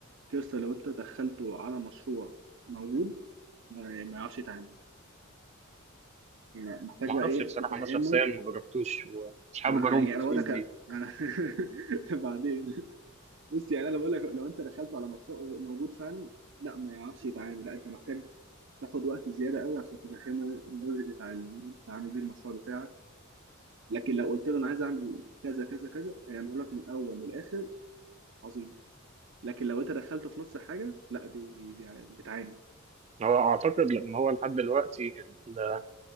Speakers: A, on the right (about 60°); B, on the right (about 30°).
A: كيوستا لو انت دخلته على مشروع موجود ما يعني ما يعرفش يتعامل يعني محتاج
B: ما
A: بقى
B: أعرفش
A: ايه
B: بصراحة
A: تفهمه
B: أنا شخصيا ما جربتوش ومش حابب
A: وانا
B: أجربه
A: يعني
B: في
A: انا
B: الفيس
A: برضك
B: دي
A: انا <laughs> بعدين بص يعني انا بقول لك لو انت دخلته على مشروع موجود فعلا لا ما يعرفش يتعامل لا انت محتاج تاخد وقت زيادة قوي عشان تفهمه اللوجيك بتاع ال- انت عامل بيه المشروع بتاعك لكن لو قلت له انا عايز اعمل كذا كذا كذا هيعمله لك من الاول للاخر عظيم لكن لو انت دخلته في نص حاجه لا بي يعني بتعاني
B: هو أعتقد لأن هو لحد دلوقتي ال-